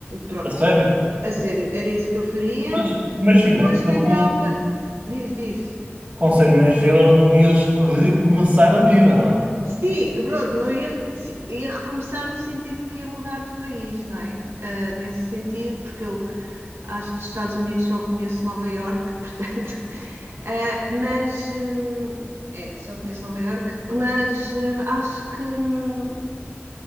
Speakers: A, on the right (about 75°); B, on the right (about 35°).
A: Pronto,
B: A sério?
A: a sério, era isso que eu faria.
B: Mas imagina,
A: E depois
B: estou
A: tentava,
B: com um
A: diz, diz.
B: Com 100 milhões de euros não ias recomeçar a vida, não é?
A: Sim, pronto, não ia, se- ia recomeçar no sentido que ia mudar de país, não é? Ah, nesse sentido, porque eu Acho que dos Estados Unidos só conheço Nova Iorque, <laughs> portanto. Uh, mas hum, é, só conheço Nova Iorque, mas hum, acho que hum,